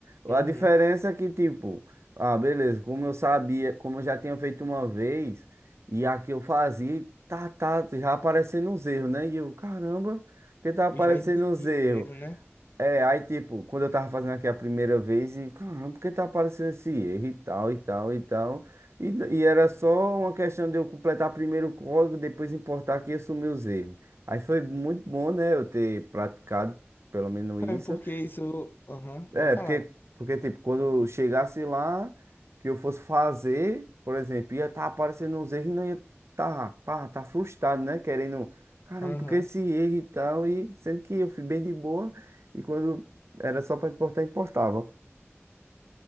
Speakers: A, on the right (about 70°); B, on the left (about 45°).
A: A
B: uhum,
A: diferença é que, tipo, ah, beleza, como eu sabia, como eu já tinha feito uma vez, e aqui eu fazia, tá, tá, já aparecendo os erros, né? E eu, caramba, porque tá aparecendo
B: já entendi
A: os erros?
B: os erros, né?
A: É, aí tipo, quando eu tava fazendo aqui a primeira vez, e caramba, por que tá aparecendo esse erro e tal, e tal, e tal. E, e era só uma questão de eu completar primeiro o código, depois importar aqui e assumir os erros. Aí foi muito bom, né, eu ter praticado pelo menos isso.
B: É porque isso. Aham,
A: É,
B: vai falar.
A: porque, porque, tipo, quando chegasse lá, que eu fosse fazer, por exemplo, ia estar aparecendo uns erros e não ia tá, pá, tá frustrado, né? Querendo, caramba,
B: Aham.
A: porque esse erro e tal, e sendo que eu fui bem de boa, e quando era só pra importar, importava.